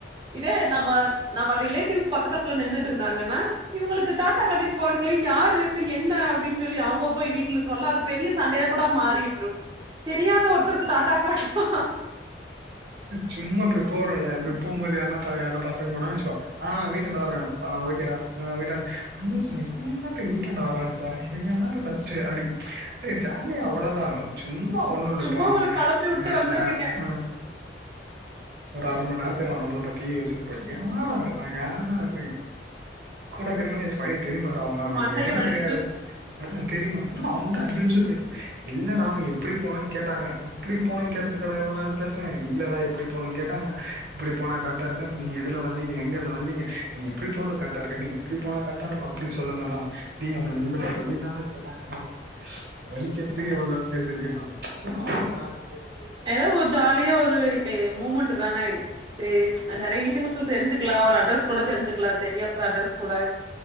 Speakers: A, on the right; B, on the right.
A: இதே நம்ம நம்ம ரிலேட்டிவ்ஸ் பக்கத்துல நின்னுட்டு இருந்தாங்கன்னா இவுங்களுக்கு டாடா காட்டிட் போறங்களே யாரு என்ன அப்டின்னு சொல்லி அவுங்க போய் வீட்ல சொல்ல அதுக் பெரிய சண்டையா கூட மாறிரு தெரியாத ஒருத்தருக்கு டாட்டா காட்னா
B: சும்மா இப்டி போறோல இப்டி போகுபோது யார்னா ப யார்னா பசங்க போனா வச்சுக்கோ ஆ வீட்டுன்ட வரே ஆ ஓகேடா ஆ வீட்டான் <unintelligible> இவ என்னத்துக்கு வீட்டான்ட வரான்டு <unintelligible> யாரு ஃபஸ்டு அப்டி ஜாலியா அவ்ளோதா சும்மா ஒண்ணு இல்ல
A: சும்மா
B: இப்ப அவனு
A: ஒரு கலப்பி விட்டு
B: ஏ
A: வந்துடுறீங்க
B: ச ஆ ஒரு அர ம நேரத்துக்கு அவ நம்மள பத்தி யோச்சுனுபோய்க யாரா இருப்பா யாரா இருப்பை கூட இருக்கதுங்களே ஸ்பைன் தெரியுமாடா அவுங்க அப்டின்னு
A: மண்டைய
B: எனக்கு
A: வெடி
B: தெரியாது ம் ம் தெரிமா என்னடா அவுங்கள்ட்ட அஞ்சு நிமிஷ பேஸ் இல்ல னா அவுங்க எப்பிடி போனுன்னு கேட்டாங்க எப்பிடி போனுன்னு கேட்டதுக் இல்லடா இவ்ளோ நேரோ பேசுன இல்லடா எப்பிடி போனுன்னு கேட்டாங்க இப்பிடி போனா கரெட்டா இருக்காது நீங்க எதுல வந்தீங்க எங்க இருந்து வந்தீங்க நீங்க இப்டி போறது கரெட்டா இருக்கா நீங்க இப்டி போனா கரெட்டா இருக்கு அப்டி சொன்னனா நா தி அவுங்க எங்கிட்ட வழி தான்டா கேட்டாங்க வலி கேட்டதுக்கே இவ்ளோ நேரோ பேசிருக்கே நா சும்மா அப்டியே ஜாலியா பேசிட்டு இருக்கே
A: எதோ ஒரு ஜாலியா ஒரு மூமெண்ட்டு தானே பே
B: ம்,
A: அ நெறையா விஷயங்கள் தெரிஞ்சுக்கலா ஒரு அட்ரஸ் கூட தெரிஞ்சுக்கலா தெரியாத அட்ரஸ் கூட